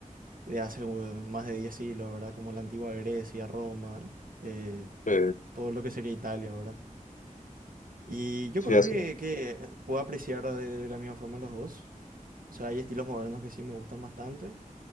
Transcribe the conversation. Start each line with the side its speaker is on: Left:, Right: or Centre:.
Right: de hace eh, más de 10 siglos, ¿verdad? Como la antigua Grecia, Roma, y, eh,
Left: sí,
Right: todo lo que sería Italia, ¿verdad? Y yo
Left: Sí,
Right: creo
Left: así,
Right: que, que puedo apreciar de, de la misma forma los dos. O sea, hay estilos modernos que sí me gustan bastante,